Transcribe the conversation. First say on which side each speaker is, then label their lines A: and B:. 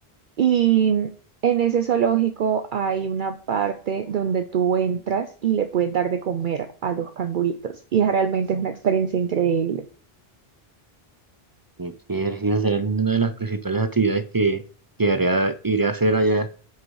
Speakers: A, on the right (about 60°); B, on the right (about 30°).
A: Y en ese zoológico hay una parte donde tú entras y le puedes dar de comer a los canguritos. Y realmente es una experiencia increíble.
B: Qué chévere, sí, esa será una de las principales actividades que, que haré- iré a hacer allá